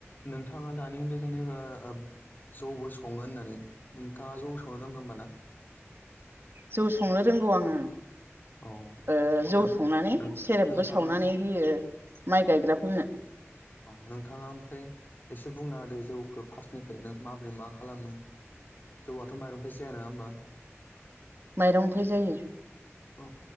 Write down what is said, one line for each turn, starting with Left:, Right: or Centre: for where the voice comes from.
Left: नोंथाङा दानि होनदो जेनेबा ओब जौबो सङो होननानै नोंथाङा जौ संनो रोंगो होमबा ना
Right: जौ संनो रोंगौ आङो‌।
Left: औ
Right: ओ जौ
Left: नों
Right: संनानै
Left: नों
Right: सेरेबबो
Left: नोंथाङा
Right: सावनानै होयो। माइ गायग्राफोरनो
Left: अ नोंथाङा ओमफ्राय एसे बुंना होदो जौखौ फार्स्ट निफ्रायनो माबोरै मा खालामो जौआथ' माइरं फायसो जाया नङा होमबा?
Right: माइरंनिफाय जायो
Left: औ